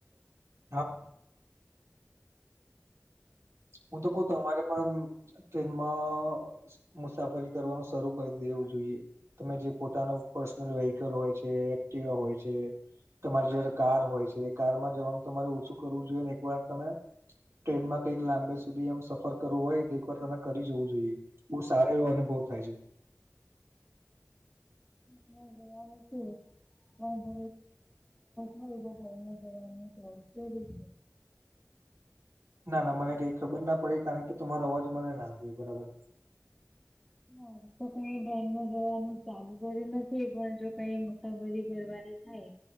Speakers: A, on the right; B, in the centre.
A: હા. હું તો કઉ તમારે પણ ટ્રેનમાં મુસાફરી કરવાનું શરૂ કરી દેવું જોઈએ તમે જે પોતાનું પર્સનલ વીહિકલ હોય છે એક્ટિવા હોય છે તમારી જે કાર હોય છે એ કારમાં જવાનું તમારે ઓછું કરવું જોઈએ ને એક વાર તમે ટ્રેન માં કઈક લાંબો સમય સુધી એમ સફર કરવું હોય તો એક વાર તમે કરી જવું જોઈએ બહુ સારો એવો અનુભવ થાય છે
B: હમ્મ જવાનુ શું જવાનું <unintelligible> હોય જવાનું હોય એ રીતે
A: ના ના મને કઈ ખબર ના પડી કારણ કે તમારો અવાજ મને નાાગે બરાબર
B: હ હજુ તો કઈ ટ્રેનમાં જવાનું ચાલુ કરીયું નથી પણ જો કઈ તમારી ઘરવાળી થાય